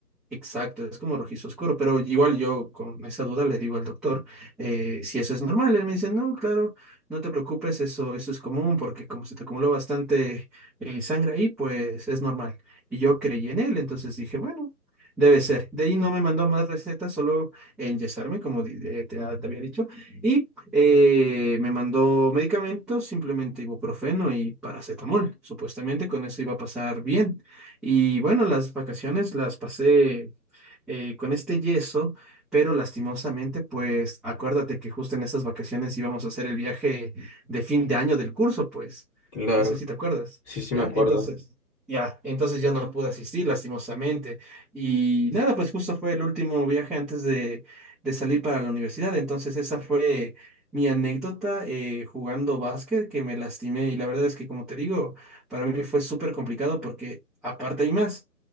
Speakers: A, in the centre; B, on the left.
A: Exacto, es como rojizo oscuro, pero igual yo con esa duda le digo al doctor eh, si eso es normal. Él me dice, no, claro, no te preocupes, eso, eso es común porque como se te acumuló bastante eh, sangre ahí, pues es normal. Y yo creí en él, entonces dije, bueno, debe ser. De ahí no me mandó más recetas, solo enyesarme, como di- eh, te, ah, te había dicho, y eh, me mandó medicamentos, simplemente ibuprofeno y paracetamol. Supuestamente con eso iba a pasar bien. Y bueno, las vacaciones las pasé eh, con este yeso, pero lastimosamente, pues acuérdate que justo en estas vacaciones íbamos a hacer el viaje de fin de año del curso, pues.
B: Claro.
A: No sé si te acuerdas,
B: Sí, sí,
A: ¿ya?
B: me acuerdo.
A: Entonces, ya, entonces yo no pude asistir, lastimosamente. Y nada, pues justo fue el último viaje antes de, de salir para la universidad, entonces esa fue... Mi anécdota eh, jugando básquet que me lastimé y la verdad es que como te digo, para mí fue súper complicado porque aparte hay más.